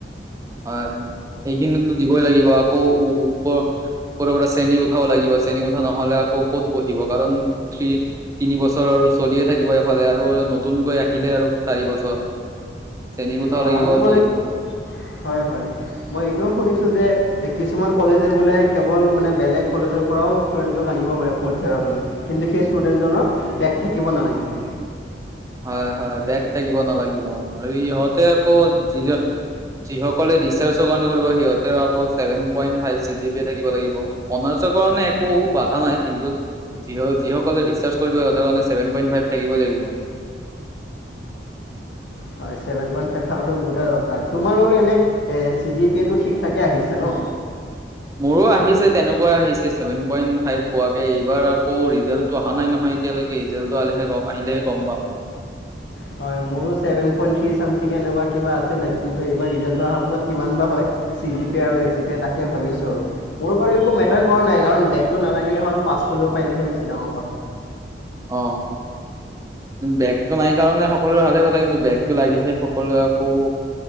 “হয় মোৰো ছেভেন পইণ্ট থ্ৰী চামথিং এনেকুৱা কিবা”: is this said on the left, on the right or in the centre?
Left